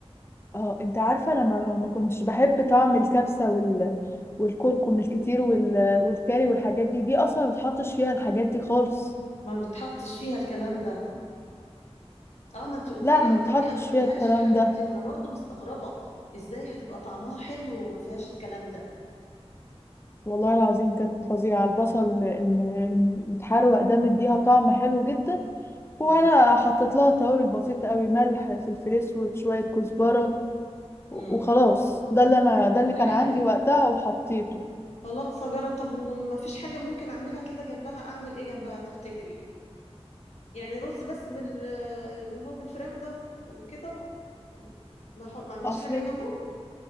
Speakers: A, on the left (about 25°); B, on the left (about 85°).
A: اه انت عارفه انا ما ما كنتش بحب طعم الكبسه وال والكركم
B: مم.
A: الكتير وال... والكاري والحاجات دي دي اصلا ما بتحطش فيها الحاجات دي خالص
B: ما بتحطش فيها الكلام ده اه ما انت قلت
A: لا
B: لي
A: ما
B: على الطريقة
A: بتحطش
B: ما فيهاش
A: فيها الكلام
B: الحاجات
A: ده
B: دي وانا برضو مستغربة ازاي هتبقى طعمها حلو وما فيهاش الكلام ده
A: والله العظيم كانت فظيعه البصل الم... المتحروق ده مديها طعم حلو جدا
B: امم
A: وانا حطيت لها توابل بسيطه قوي ملح فلفل اسود شويه كزبره و-
B: امم
A: وخلاص ده اللي انا ده
B: تبقى
A: اللي كان
B: حلو
A: عندي وقتها وحطيته
B: خلاص هجرب طب وما فيش حاجة ممكن اعملها كده جنبها اعمل ايه جنبها تفتكري يعني رز بس بال اللي هو بالفراخ ده وكده ما ح- ما اعملش
A: اصلا
B: حاجة جنبه